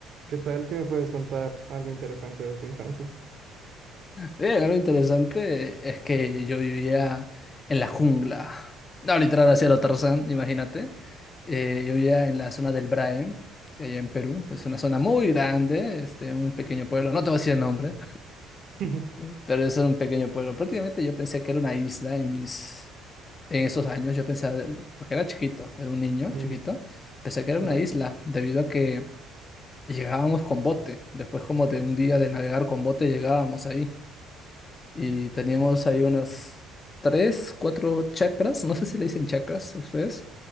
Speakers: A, on the right; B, on the left.
A: ¿Qué tal que me puedes contar algo interesante de tu infancia?
B: Eh, algo interesante es que yo vivía en la jungla. No, literal, hacia lo Tarzán, imagínate. Eh, yo vivía en la zona del Braem, que allá en Perú. Es una zona muy grande, este, un pequeño pueblo. No te voy a decir el nombre,
A: <laughs>
B: <laughs> pero es un pequeño pueblo. Prácticamente yo pensé que era una isla en mis, en esos años. Yo pensaba, porque era chiquito, era un niño
A: Mm,
B: chiquito, pensé que era una
A: Va.
B: isla, debido a que llegábamos con bote. Después como de un día de navegar con bote llegábamos ahí. Y teníamos
A: Mm,
B: ahí unas tres, cuatro chakras, no sé si le dicen chakras a ustedes,